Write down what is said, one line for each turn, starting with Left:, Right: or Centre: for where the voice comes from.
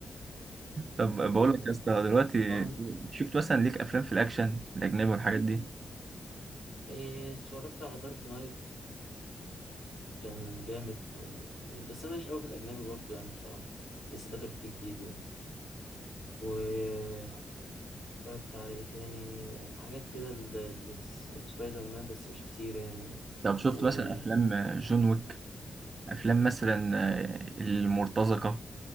Right: طب
Left: آه،
Right: بقول لك يا اسطى دلوقتي
Left: أنا-
Right: شفت مثلا ليك افلام في الاكشن الاجنبي والحاجات دي
Left: إيه، اتفرجت على دارك نايت كان جامد آه، بس انا ماليش قوي في الاجنبي برضو يعني بصراحه لسه داخل فيه جديد يعني و اتفرجت على ايه تاني حاجات كده ال- ال- الس- سبايدر مان بس مش كتير يعني و...
Right: طب شفت
Left: و...
Right: مثلا افلام جون ويك افلام مثلا المرتزقه